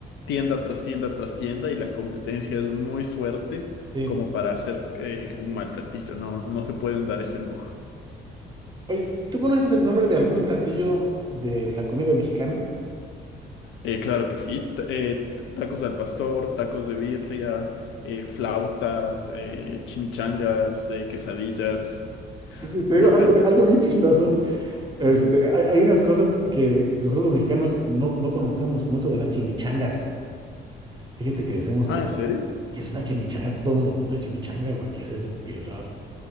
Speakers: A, on the left (about 75°); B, on the right (about 20°).
A: tienda tras tienda tras tienda y la competencia es muy fuerte
B: Sí.
A: como para hacer eh, un mal platillo. No, no se pueden dar ese lujo.
B: Oye, ¿tú conoces el nombre de algún platillo de la comida mexicana?
A: Eh, claro que sí. T- eh, tacos al pastor, tacos de birria, eh, flautas, eh, chimichangas, eh, quesadillas.
B: Te
A: <laughs>
B: te
A: Enten-
B: digo algo, bi- algo bien chistoso. Este,
A: Ujú.
B: hay, hay unas cosas que, que nosotros los mexicanos no, no conocemos, como eso de las chimichangas. Fíjate que decimos como,
A: Ah, ¿en serio?
B: ¿qué es una chimichanga? Todo el mundo, una chimichanga, güey, ¿qué es eso? ¿Quién sabe?